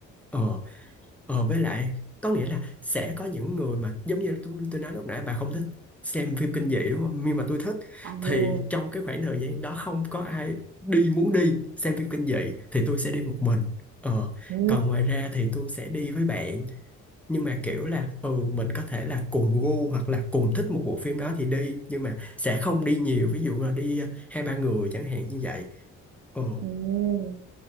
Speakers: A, in the centre; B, on the right.
A: ờ ờ với lại có nghĩa là sẽ có những người mà giống như tôi, tôi nói lúc nãy bà không thích xem phim kinh dị đúng không nhưng mà tôi thích
B: ừ
A: thì trong cái khoảng thời gian đó không có ai đi muốn đi xem phim kinh dị thì tôi sẽ đi một mình ờ
B: ừ
A: còn ngoài ra thì tôi sẽ đi với bạn nhưng mà kiểu là ừ mình có thể là cùng gu hoặc là cùng thích một bộ phim đó thì đi nhưng mà sẽ không đi nhiều ví dụ là đi ờ, hai ba người chẳng hạn như vậy ờ
B: ừm.